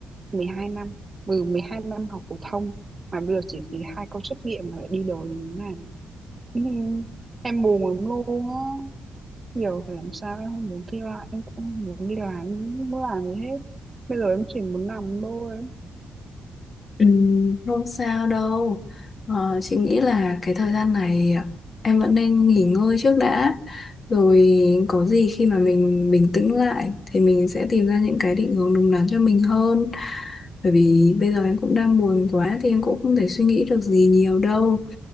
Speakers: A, on the right; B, on the left.
A: mười hai năm ừ 12 năm học phổ thông mà bây giờ chỉ kỳ hai câu trắc nghiệm mà lại đi đời như thế này ừ, em buồn lắm luôn á giờ phải làm sao em không muốn thi lại em cũng không muốn đi làm em không muốn làm gì hết bây giờ em chỉ muốn nằm thôi
B: Ừ, không sao đâu. Ờ, chị nghĩ là cái thời gian này em vẫn nên nghỉ ngơi trước đã. Rồi có gì khi mà mình bình tĩnh lại thì mình sẽ tìm ra những cái định hướng đúng đắn cho mình hơn. Bởi vì bây giờ em cũng đang buồn quá thì em cũng không thể suy nghĩ được gì nhiều đâu